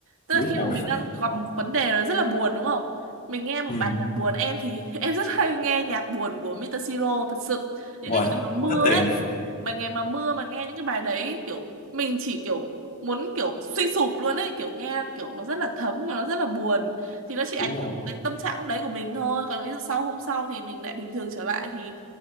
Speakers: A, on the right; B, on the left.
A: tức
B: đúng
A: là khi
B: rồi
A: mà mình đang gặp một vấn đề nó rất là buồn đúng không mình nghe một
B: ừ
A: bài nhạc buồn em thì <laughs> em rất hay nghe nhạc buồn của Mr. Siro thật sự những
B: rồi
A: cái ngày mà mưa
B: thất tình
A: ấy bài ngày mà mưa mà nghe những cái bài đấy kiểu mình chỉ kiểu muốn kiểu suy sụp luôn ấy kiểu nghe kiểu nó rất là thấm mà nó rất là buồn thì nó chỉ ảnh
B: đúng rồi
A: hưởng đến tâm trạng lúc đấy của mình thôi còn ví dụ sau hôm sau thì mình lại bình thường trở lại thì